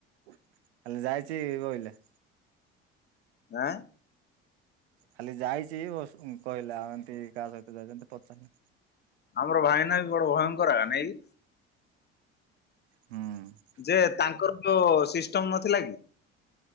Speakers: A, on the right; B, on the left.
A: ଖାଲି ଯାଇଛି କହିଲେ।
B: ଆଁ।
A: ଖାଲି ଯାଇଛି କହିଲା ଆଉ ଏମିତି କାହା ସହିତ ଯାଇଛି ଏମିତି ପଚାରିନି।
B: ଆମର ଭାଇନା ବି ବଡ ଭୟଙ୍କର ନାଇ?
A: ହୁଁ।
B: ଯେ ତାଙ୍କର ଯୋଉ ସିଷ୍ଟମ ନଥିଲା